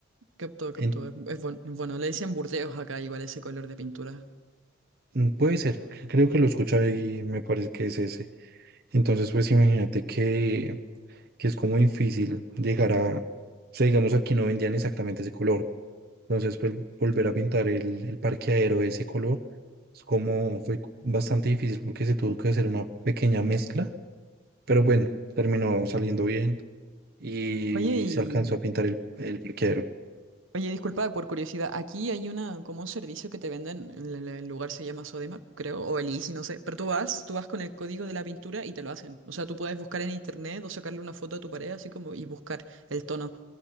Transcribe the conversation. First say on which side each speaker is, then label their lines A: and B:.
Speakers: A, on the right; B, on the right.
A: capto, capto,
B: En-
A: es, es buen- es bueno. Le dicen burdeos acá igual ese color de pintura.
B: mm, puede ser, c- creo que lo escuché y me parece que es ese. Entonces, pues imagínate que, que es como difícil llegar a, o sea, digamos, aquí no vendían exactamente ese color, Entonces, pues, volver a pintar el, el parqueadero de ese color es como fue bastante difícil porque se tuvo que hacer una pequeña mezcla, pero bueno, terminó saliendo bien y
A: Oye, y,
B: se alcanzó a pintar el, el parqueadero.
A: Oye, disculpa, por curiosidad, aquí hay una, como un servicio que te venden, el, el- el lugar se llama Sodema, creo, o el Easy, no sé, pero tú vas, tú vas con el código de la pintura y te lo hacen. O sea, tú puedes buscar en internet o sacarle una foto a tu pared, así como, y buscar el tono,